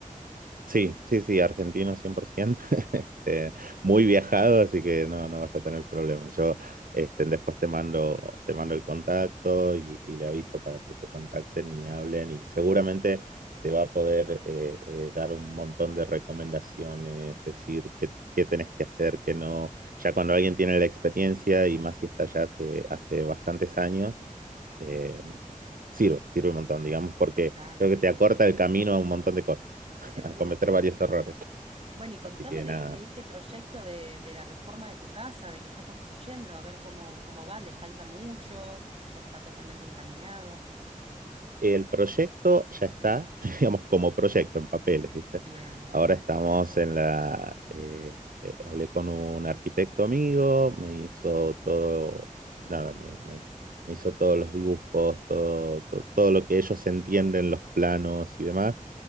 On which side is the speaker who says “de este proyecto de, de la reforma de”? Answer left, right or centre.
Right